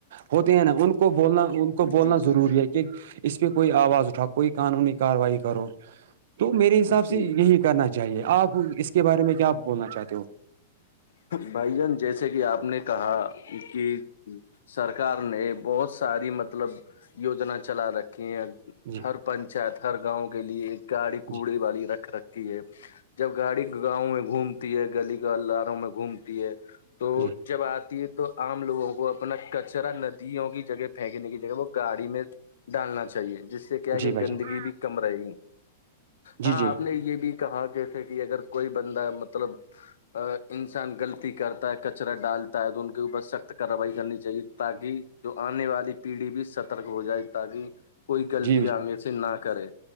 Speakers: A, on the right; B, on the left.
A: ہوتے ہیں نا ان کو بولنا ان کو بولنا
B: جی جی
A: ضروری
B: جی
A: ہے کہ اس پہ کوئی آواز اٹھاؤ کوئی قانونی کاروائی کرو تو میرے حساب سے
B: جی
A: یہی کرنا چاہیے آپ اس کے بارے میں کیاپ بولنا چاہتے ہو
B: بھائی جان جیسے کہ آپ نے کہا کہ سرکار نے بہت ساری مطلب یوجنا چلا رکھی ہیں
A: جی
B: ہر پنچایت ہر گاؤں گ لی ایک گاڑی کوڑی
A: جی
B: والی رکھ رکتی ہے جب گاڑی گاؤں میں گھومتی ہے گلی کو اللہاروں میں گھومتی ہے تو
A: جی
B: جب آتی ہے تو تو آام لوگوں کو اپنا کچرا ندیوں کی جگہ پھینکنے کی جگہ وہ گاڑی میں ڈالنا چاہیے جس سے کیا کہ
A: جی بھائی
B: گندگی
A: جان
B: بھی کم رہے گی
A: جی
B: ہاں
A: جی
B: آپ نے یہ بھی کہاں جیسے کہ اگر کوئی بندہ مطلب انسان غلطی کرتا ہے کچرا ڈالتا ہے تو ان کے اوپر سخت کارروائی کرنی چاہیے تاکہ تو آنے والی پیڑھی بھی سترک ہو جائے تاکہ کوئی غلطی
A: جی
B: آگے سے نہ کرے